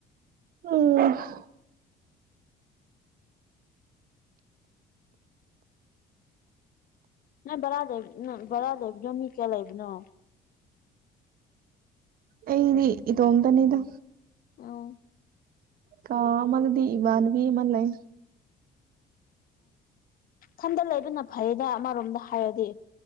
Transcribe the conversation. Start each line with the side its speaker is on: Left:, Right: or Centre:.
Right: ꯎꯝ
Left: ꯅꯪ ꯕꯔꯥꯗ ꯅ ꯕꯔꯥ ꯂꯩꯕꯅꯣ ꯃꯤ ꯀꯌꯥ ꯂꯩꯕꯅꯣ
Right: ꯑꯩꯗꯤ ꯏ ꯇꯣꯝꯗꯅꯤꯗ
Left: ꯑꯣ
Right: ꯀꯥ ꯃꯥꯅꯗꯤ ꯏꯃꯥꯟꯕꯤ ꯃꯜ ꯂꯩ
Left: ꯁꯟꯗ ꯂꯩꯕꯅ ꯐꯩꯗ ꯑꯃꯔꯣꯝꯗ ꯍꯥꯏꯔꯗꯤ